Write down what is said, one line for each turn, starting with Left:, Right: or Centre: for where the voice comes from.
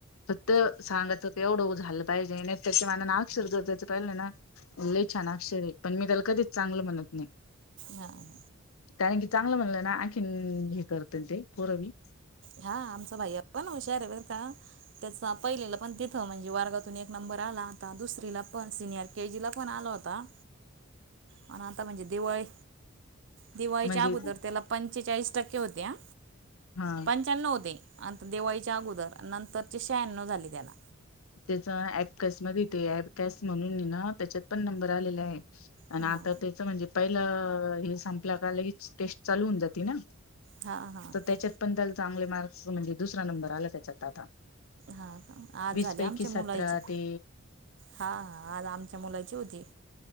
Left: तर सांगात एवढं उ झालं पाहिजे, त्याच्या मानांन अक्षर जर जायचं पाहिले ना लय छान अक्षर हे पण मी त्याला कधीच चांगलं म्हणत नाही.
Right: हां
Left: कारण की चांगलं म्हणलं ना, आणखीन ही करत्यात ते पोर बी
Right: हा आमचा भैया पण हुशार आहे बरं का त्याचा पहिलीला पण तिथं म्हणजे वर्गात एक नंबर आला होता. दुसरीला पण सिनियर के जी ला पण आला होत होता. आणि आता म्हणजे दिवाळी दिवाळीच्या
Left: म्हणजे
Right: अगोदर त्याला पंचेचाळीस टक्के होते हा.
Left: हा
Right: पंच्याण्णव होते दिवाळीच्या अगोदर नंतरचे शहाण्णव झाले ते आता.
Left: त्याचा ऍपकसमध्ये ते अँपकॅस म्हणून हे ना त्याच्यात पण नंबर आलेले आहे आणि
Right: हां
Left: आता त्याच म्हणजे पहिला हे संपलं का लगेच टेस्ट चालू होऊ जाती ना
Right: हां हां
Left: तर त्याच्यात पण चांगले मार्क्स म्हणजे दुसरा नंबर आला त्याच्यात आता.
Right: हा आज
Left: वीस
Right: झाली
Left: पैकी
Right: हा आ
Left: सतरा
Right: मुलाची
Left: ते
Right: हा आज आमच्या मुलाची होती.